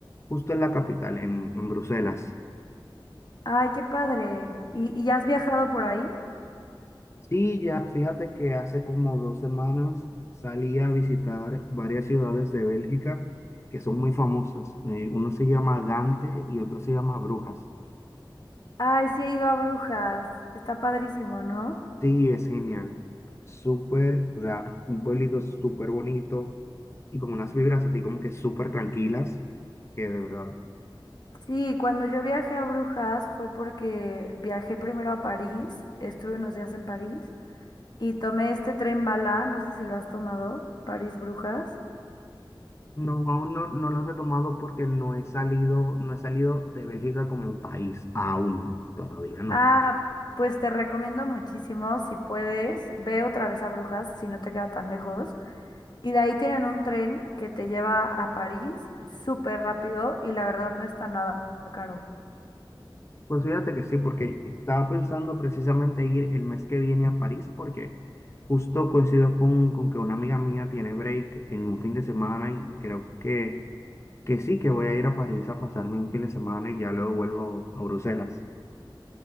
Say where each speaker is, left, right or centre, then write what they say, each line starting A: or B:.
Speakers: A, on the left (about 30°); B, on the left (about 55°).
A: justo en la capital, en, en Bruselas.
B: Ay, qué padre. ¿Y, y has viajado por ahí?
A: Sí, ya fíjate que hace como dos semanas salí a visitar varias ciudades de Bélgica que son muy famosas. Eh, uno se llama Gante y otro se llama Brujas.
B: Ay, sí he ido a Brujas. Está padrísimo, ¿no?
A: Sí, es genial. Súper, o sea, un pueblito súper bonito. y con unas vibras así como que súper tranquilas, que de verdad.
B: Sí, cuando yo viajé a Brujas fue porque viajé primero a París, estuve unos días en París y tomé este tren bala, no sé si lo has tomado, París-Brujas.
A: No, aún no, no los he tomado porque no he salido, no he salido de Bélgica como país, aún, todavía no.
B: Ah, pues te recomiendo muchísimo, si puedes, ve otra vez a Brujas, si no te queda tan lejos. Y de ahí tienen un tren que te lleva a París súper rápido y la verdad no está nada caro.
A: Pues fíjate que sí, porque estaba pensando precisamente ir el mes que viene a París, porque justo coincido con, con que una amiga mía tiene break en un fin de semana y creo que, que sí, que voy a ir a París a pasarme un fin de semana y ya luego vuelvo a Bruselas.